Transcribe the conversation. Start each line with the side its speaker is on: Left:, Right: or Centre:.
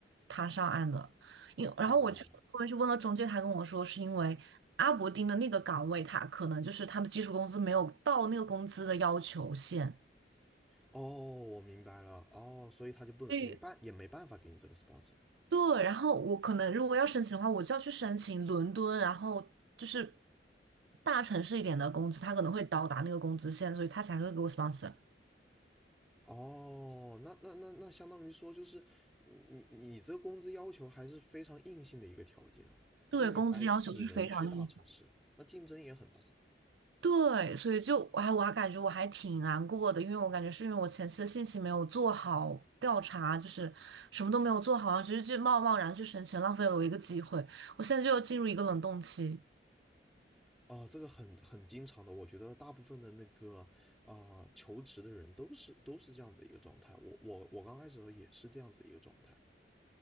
Right: 他上岸的，因然后我去后面去问了中介，
Centre: 哦
Right: 他跟我说是因为阿伯丁的那个岗位，他可能就是他的基础工资没有到那个工资的要求线，
Centre: 哦，我明白了哦，所以他就不能没办也没办法给你这个
Right: 所以
Centre: sponsor
Right: 对，然后我可能如果要申请的话，我就要去申请伦敦，然后就是大城市一点的工资，他可能会到达那个工资线，所以他才会给我 sponsor。
Centre: 哦，那那那那相当于说就是你你这个工资要求还是非常硬性的一个条件啊，
Right: 对，
Centre: 那你还只能去大城市，
Right: 工资要求是非常硬。
Centre: 那竞争也很大
Right: 对，所以就哎，我还感觉我还挺难过的，因为我感觉是因为我前期的信息没有做好调查，就是什么都没有做好，然后直接就贸贸然去申请，浪费了我一个机会。我现在就要进入一个冷冻期
Centre: 哦，这个很很经常的，我觉得大部分的那个啊、呃求职的人都是都是这样子一个状态，我我我刚开始的时候也是这样子一个状态，